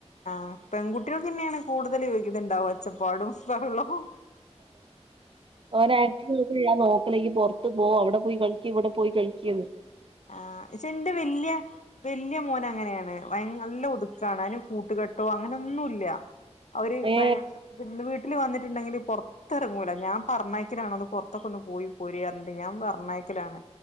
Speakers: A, on the left; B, on the right.
A: അ പെൺകുട്ടേൾകന്നേണ് കൂടുതൽ ഇത്‌ണ്ടാക കൂടുതലും ഒച്ചപ്പാടും ബഹളും
B: ഒരാഴ്ച ഞാൻ നോക്കേണ് ഇയ്യ് പുറത്തു പോ അവിടെ പോയ്‌ കളിക് ഇവിടെ പോയ്‌ കളിക്കെന്ന്
A: ആ ഇച്ചെന്റ വല്യ വല്യ മോനങ്ങനെണ് ഭയൻ നല്ല ഒതുക്ക കാണാനും കൂട്ട്കെട്ടോ അങ്ങനൊന്നുംല്ല അവര്ഫ്രാൻ
B: ഏ
A: ബന്ധു വീട്ട വീട്ടില് വന്നിട്ടുണ്ടെങ്കിൽ പുറത്ത് ഇറങ്ങുല്ല ഞാൻ പറഞ്ഞയക്കലാണ് ഒന്ന് പുറത്തൊക്കെന്ന്. പോയിപോരെനാക്കെ ഞാൻ പറഞ്ഞയക്കലാണ് ക്കലാണ്